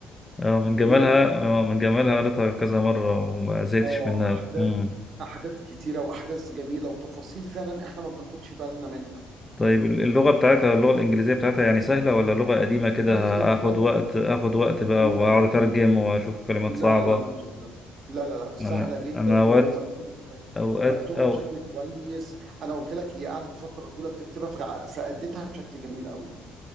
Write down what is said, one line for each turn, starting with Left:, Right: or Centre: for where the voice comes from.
Left: اه من جمالها
Right: جميلة قوي.
Left: اه من جمالها قريتها كذا مره وما زهقتش
Right: آه،
Left: منها
Right: أحداث
Left: مم.
Right: أحداث كتيرة وأحداث جميلة وتفاصيل فعلًا إحنا ما بناخدش بالنا منها،
Left: طيب اللغه بتاعتها اللغه الانجليزيه بتاعتها يعني سهله ولا لغه قديمه كده
Right: سهلة جدًا
Left: هاخد وقت اخد وقت بقى
Right: لا،
Left: واقعد
Right: لا، لا،
Left: اترجم
Right: لا،
Left: واشوف كلمات
Right: لا،
Left: صعبه
Right: لا، لا، ما فيش الكلام ده. لا، لا، لأ، سهلة
Left: ما انا
Right: جدًا
Left: انا
Right: ومكتوبة
Left: اوقات
Right: بشكل
Left: اوقات
Right: مكتوبة
Left: أو
Right: بشكل كويس، أنا قُلت لك هي قعدت فترة طويلة بتكتبها فع فأدِّتها بشكل جميل أوي،